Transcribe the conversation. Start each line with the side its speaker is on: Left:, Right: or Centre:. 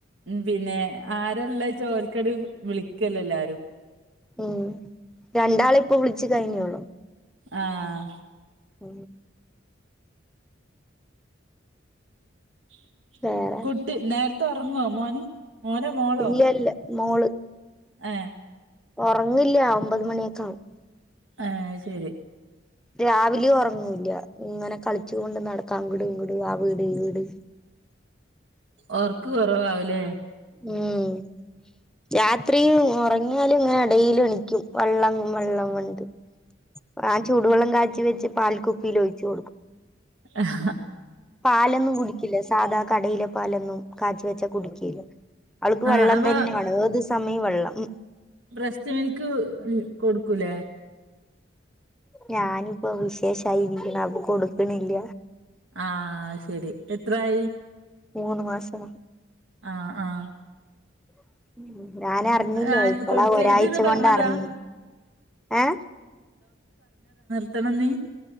Right: പിന്നെ, ആരാ ള്ളേച്ചാ ഓല്കട് വിളിക്കല്ലെ എല്ലാരും
Centre: ഉം. രണ്ടാള് ഇപ്പൊ വിളിച്ചു കഴിഞ്ഞൊള്ളു.
Right: ആഹ...
Centre: ഉ
Right: <inaudible>
Centre: വേറെ
Right: കുട്ടി നേര് ത്തെ ഉറങ്ങോ മോന്? മോനോ? മോളോ?
Centre: ഇല്ല ഇല്ല മോള്
Right: ഏ
Centre: ഉറങ്ങിയില്ല ഒമ്പത് മണിയൊക്കെ ആവും.
Right: ഏ അത് ശരി
Centre: രാവിലെയും ഉറക്ക ല്ല ഇങ്ങനെ കളി ച്ചു കൊണ്ട് നടക്കാം അങ്ങടും ഇങ്ങടും ആ വീട് ഈ വീട്
Right: ഒർക്ക് കൊറവാവൂലേ?
Centre: ഉം രാത്രിയും ഉറങ്ങിയാലും ഇങ്ങനെ ഇടയിൽ എണീ ക്കും വള്ളം വള്ളം ന്ന് പറഞ്ഞിട്ട് ആ ചൂടുവെള്ളം കാച്ചി വെച്ചി ട്ട് പൽക്കുപ്പീലോയ്ച്ചു കൊടുക്കും.
Right: അ അഹ് ഹ
Centre: പാലൊന്നും കുടിക്കില്ല സാധാ കടയിലെ പാലൊന്നും കാച്ച് വെച്ചാ കുടിക്കില അവൾക്ക്
Right: ആഹ്
Centre: വെള്ളം
Right: അപ്പ
Centre: തന്നെ വേണം ഏത് സ് സമയ വെള്ളം
Right: ബ്രസ്റ്റ് മിൽക്ക് കൊടുക്കൂലേ
Centre: ഞാനിപ്പോ വിശേഷായിരിക്ക്ണ അപ്പൊ കൊടുക്കണില്ല
Right: ആഹ് ശരി എത്രായി
Centre: മൂന്ന് മാസം
Right: ആഹ ആഹ
Centre: <inaudible> ഞാനറിഞ്ഞില്ല
Right: ആഹ്
Centre: ഇപ്പോളാ
Right: കൊടുക്കരുത്ന്ന്
Centre: ഒരാഴ്ച
Right: പറഞ്ഞതാ
Centre: കൊണ്ട് അറിഞ്ഞി ഏ
Right: ത്തണം ന്ന്